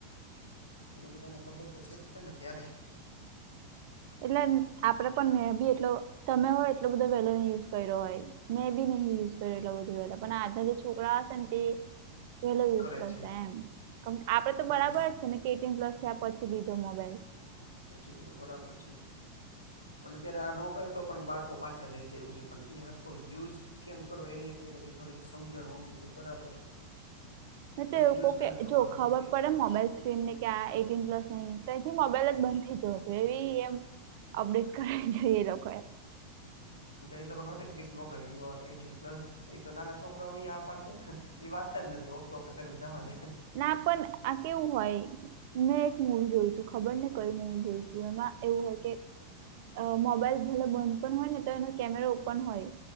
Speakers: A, on the left; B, on the right.
A: એને બધાને ખબર તો છેજ તને ત્યારે.
B: એટલે આપડે પણ મે બી એટલો તમે હોય એટલો બધો વેલો યુઝ કર્યો હોય. મેં બી નહીં યુઝ કરે એટલું બધું પણ આજના જે છોકરા હશે તે. પેલો યુઝ
A: કરે
B: કરશે
A: છે
B: એમ આપડે તો
A: હમ
B: બરાબર જ છે ને એટીન પ્લસ થયા પછી લીધો મોબાઈલ.
A: પછી તો બરાબર છે. પણ અત્યારે આ નો કહે તો પણ બાળકો પાછળ રહી જાય એવું છે પણ એ હરકો યુઝ. કેમ કરો એની અત્યારે જે થોડીક સમજણ હોવી એ બરાબર. છે.
B: મે
A: પછી
B: તો એવું
A: યુઝ
B: કઉ
A: કરે
B: કે
A: ને તો
B: જો
A: વાંધો
B: ખબર
A: નથી
B: પડે. મોબાઈલ સ્ક્રીન ને આ એટીન પ્લસ નહી તયથી મોબાઈલ જ બંધ થઈ જવો જોઇએ એવી એમ. અપડેટ કરાય એ લોકોએ.
A: તય તો નોટિફિકેશન મોકલો યું આર એટીન પ્લસ. એ તો નાના છોકરો અહીયા પડ દે ને એ વાતતા જ નથી ઓકે ઓકે કરીને જવા દે.
B: ના પણ આ કેવું હોય. મેં એક મૂવી જોયું તું ખબર ને કયુ મૂવી જોયું હતું એમાં એવું હોય કે. અ મોબાઈલ ભલે બંધ પણ હોય ને તો એનો કેમરા ઓપન હોય.